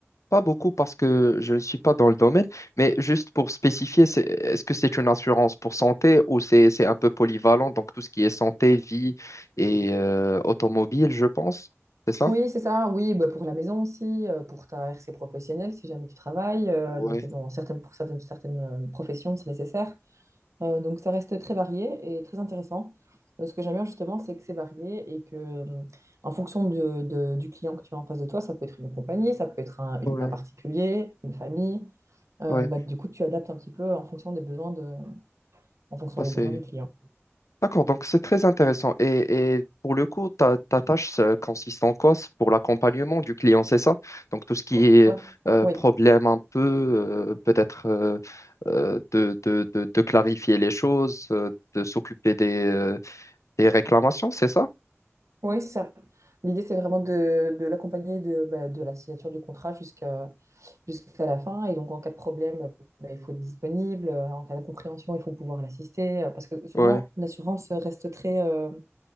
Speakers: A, on the left (about 85°); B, on the right (about 85°).
A: Pas beaucoup parce que je ne suis pas dans le domaine, mais juste pour spécifier, c'est- est-ce que c'est une assurance pour santé ou c'est c'est un peu polyvalent, donc tout ce qui est santé, vie et euh, automobile, je pense, c'est ça?
B: Oui, c'est ça, oui, bah, pour la maison aussi, euh, pour ta RC professionnelle si jamais tu travailles. euh,
A: Ouais,
B: donc dans certaines, pour certaines, certaines euh, professions, c'est nécessaire. Euh, donc ça reste très varié et très intéressant. Euh, ce que j'aime bien justement, c'est que c'est varié et que euh, en fonction de- de- du client que tu as en face de toi, ça peut être une compagnie, ça peut être un, une
A: ouais,
B: main particulier, une famille. Euh,
A: ouais.
B: bah, du coup, tu adaptes un petit peu en fonction des besoins de, en fonction
A: Bah,
B: des
A: c'est-
B: besoins du client.
A: D'accord, donc c'est très intéressant. Et, et pour le coup, ta, ta tâche ça consiste en quoi? C'est pour l'accompagnement du client, c'est ça? Donc tout ce qui
B: Pour
A: est
B: la-
A: euh,
B: Oui,
A: problème un peu, euh, peut-être euh, euh, de, de, de, de clarifier les choses, euh, de s'occuper des, euh, des réclamations, c'est ça?
B: oui, c'est ça. L'idée, c'est vraiment de, de l'accompagner de, bah, de la signature du contrat jusqu'à jusqu'à la fin. Et donc, en cas de problème, bah, il faut être disponible. En cas d'incompréhension, il faut pouvoir l'assister. Parce que souvent,
A: Ouais.
B: l'assurance reste très, euh,